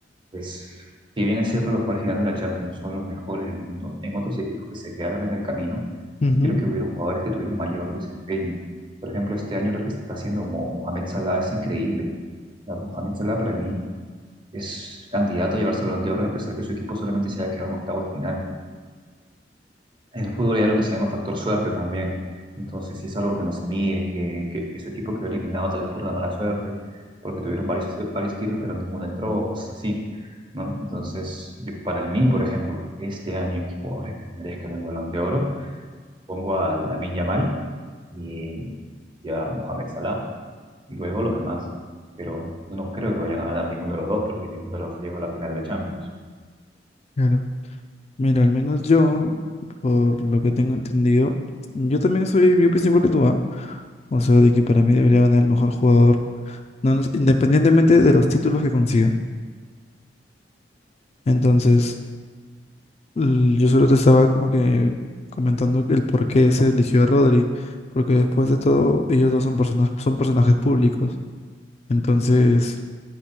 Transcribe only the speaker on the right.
Pues, si bien es cierto, los jugadores que ganan la Champions son los mejores del mundo, en otros equipos que se quedaron en el camino,
creo que hubieron jugadores que tuvieron mayor desempeño. Por ejemplo, este año lo que está haciendo Mo- Mohamed Salah es increíble. O Mohamed Salah para mí es candidato a llevarse el Balón de Oro a pesar que su equipo solamente se haya quedado en octavos de final. En el fútbol hay algo que se llama factor suerte también. Entonces, si es algo que no se mide, que, que, que su equipo quedó eliminado tal vez por la mala suerte, porque tuvieron varios, ti- varios tiros, pero ninguno entró, o cosas así, ¿no? Entonces, yo- para mí, por ejemplo, este año hay jugadores que se merezcan el Balón de Oro, pongo a Lamine Yamal y, y a Mohamed Salah, y luego los demás. Pero no creo que vayan a ganar ninguno de los dos, porque ninguno de los dos llegó a la final de la Champions.